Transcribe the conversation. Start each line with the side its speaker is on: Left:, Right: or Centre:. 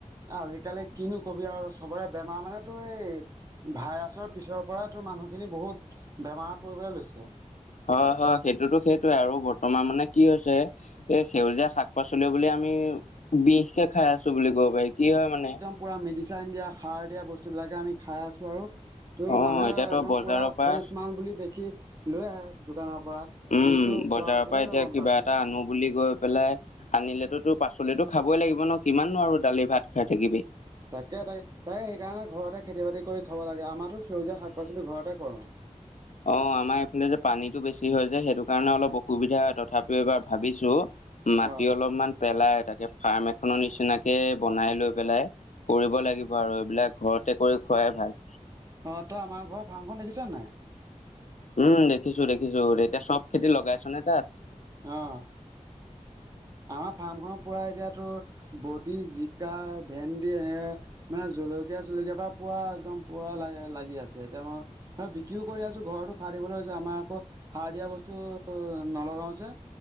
Right: আজিকালি কিনো কবি আৰু চবৰে বেমাৰ মানে- তো এই ভাইৰাছৰ পিছৰ পৰাই তোৰ মানুহখিনি বহুত বেমাৰ পৰিবলৈ লৈছে।
Left: হয় হয়, সেইটোতো সেইটোৱে আৰু বৰ্তমান মানে কি হৈছে? এই সেউজীয়া শাক পাচলি বুলি আমি বিষকে খাই আছোঁ বুলি ক'ব পাৰি কি হয় মানে-
Right: পূৰা মেডিচাইন দিয়া সাৰ দিয়া বস্তু বিলাকে আমি খাই আছোঁ আৰু- ত'
Left: অ
Right: মানুহে
Left: এতিয়াতো
Right: একদম
Left: বজাৰৰ
Right: পূৰা
Left: পৰা
Right: ফ্ৰেছ মাল বুলি দেখি লৈ আহে দোকানৰ পৰা।
Left: উম'
Right: কিন্তু
Left: বজাৰৰ
Right: খোৱাৰ পিছতহে
Left: পৰা এতিয়া
Right: তই গম
Left: কিবা
Right: পাবি।
Left: এটা আনো বুলি গৈ পেলাই- আনিলেতো তোৰ পাচলিতো খাবই লাগিব ন কিমাননো আৰু দালি ভাত খাই থাকিবি।
Right: তাকে তাকে, তাকে সেইকাৰণে ঘৰতে খেতি বাতি কৰি খাব লাগে আমাৰো সেউজীয়া শাক পাচলি ঘৰতে কৰোঁ।
Left: অঁ আমাৰ এইফালে যে পানীটো বেছি হয় যে সেইটো কাৰণে অলপ অসুবিধা হয় তথাপিও এইবাৰ ভাবিছো- মাটি
Right: অ'।
Left: অলপমান পেলায় তাকে ফাৰ্ম এখনৰ নিচিনাকে বনাই লৈ পেলাই- কৰিব লাগিব আৰু এইবিলাক ঘৰতে কৰি খোৱাই ভাল।
Right: অঁ তই আমাৰ ঘৰৰ ফাৰ্মখন দেখিছ নে নাই।
Left: উম' দেখিছো দেখিছো এতিয়া চব খেতি লগাইছ নে তাত?
Right: অঁ' আমাৰ ফাৰ্মখনৰ পুৰা এতিয়াতো বডি, জিকা, ভেন- দি এনেকে মানে জলকীয়া চলকীয়া বা পুৰা একদম পুৰা লাগে লাগি আছে এতিয়া ম- অঁ' বিক্ৰীও কৰি আছোঁ ঘৰতো সাৰ দিবলৈ হৈছে আমাৰ আকৌ সাৰ দিয়া বস্তু- উম' নলগাওঁ যে